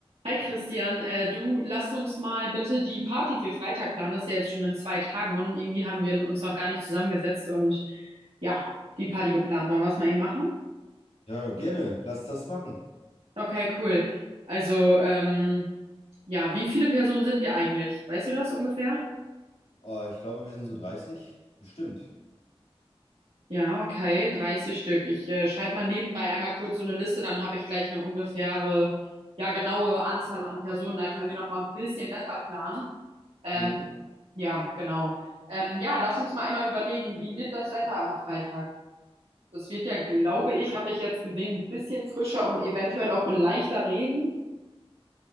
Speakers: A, on the right; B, on the left.
A: Hi Christian, äh, du lass uns mal bitte die Party für Freitag planen. Das ist ja jetzt schon in zwei Tagen und irgendwie haben wir uns noch gar nicht zusammengesetzt und ja, die Party geplant. Wollen wir es mal eben machen?
B: Ja, gerne. Lass das machen.
A: Okay, cool. Also, ähm, ja, wie viele Personen sind wir eigentlich? Weißt du das ungefähr?
B: Ah, ich glaube, wir sind so 30 Bestimmt.
A: Ja, okay, 30 Stück. Ich äh, schreibe mal nebenbei einmal kurz so eine Liste, dann habe ich gleich eine ungefähre, ja, genaue Anzahl an Personen. Dann können wir noch mal ein bisschen besser planen. Ähm,
B: Mhm.
A: ja, genau. Ähm, ja, lass uns mal einmal überlegen, wie wird das Wetter am Freitag? Das wird ja, glaube ich, habe ich jetzt gesehen, ein bisschen frischer und eventuell auch leichter Regen.